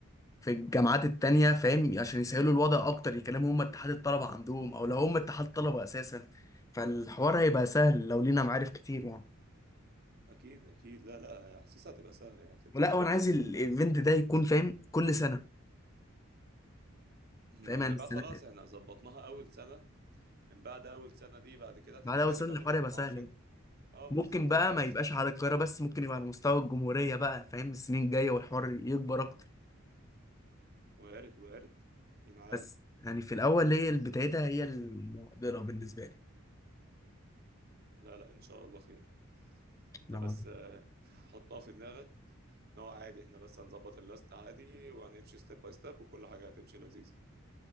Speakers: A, on the left; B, on the right.
A: في الجامعات التانية فاهم عشان يسهلوا الوضع اكتر يكلموا هم اتحاد الطلبة عندهم او لو هم اتحاد طلبة اساسا فالحوار هيبقى سهل لو لينا معارف كتير يعني
B: اكيد اكيد لا لا حاسسها هتبقى سهلة يعني هتتظبط
A: ولا وانا عايز
B: كده
A: ال- الايفنت ده يكون فاهم كل سنة
B: ما
A: فاهم
B: احنا
A: يعني
B: بقى
A: السنة
B: خلاص
A: دي
B: احنا ظبطناها اول سنه من بعد اول سنه دي بعد كده هتبقى
A: بعد اول
B: عادي
A: سنة
B: بقى
A: الحوار
B: خلاص
A: هيبقى
B: هم
A: سهل
B: عارفين
A: بقى.
B: اه بالظبط
A: ممكن بقى
B: هيبقى
A: ما
B: عارف
A: يبقاش على القاهرة بس ممكن يبقى على مستوى الجمهورية بقى فاهم السنين الجاية والحوار يكبر اكتر
B: وارد وارد مين عالم
A: بس يعني في الاول هي اللي بدايتها هي المعضله بالنسبه لي
B: لا لا ان شاء الله خير انت
A: أنا-
B: بس آه، حطها في دماغك ان هو عادي احنا بس هنظبط اللاست عادي وهنمشي ستيب باي ستيب وكل حاجه هتمشي لذيذ